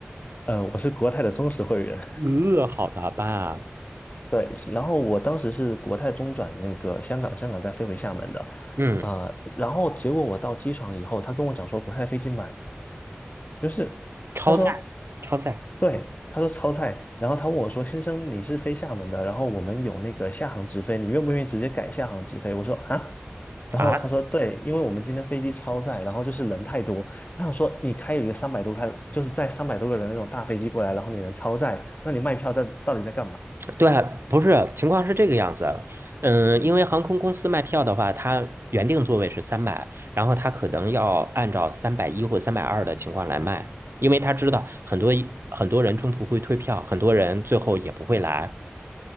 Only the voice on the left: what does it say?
呃，我是国泰的忠实会员，
<laughs> 对。然后我当时是国泰中转那个香港，香港再飞回厦门的。
呃，然后结果我到机场以后，他跟我讲说国泰飞机满就是他说，
对，他说超载，然后他问我说，先生你是飞厦门的，然后我们有那个厦航直飞，你愿不愿意直接改厦航直飞？我说啊，然后他说对，
因为我们今天飞机超载，然后就是人太多，我想说你开一个三百多开，就是载三百多个人的那种大飞机过来，然后你能超载，那你卖票在到底在干嘛？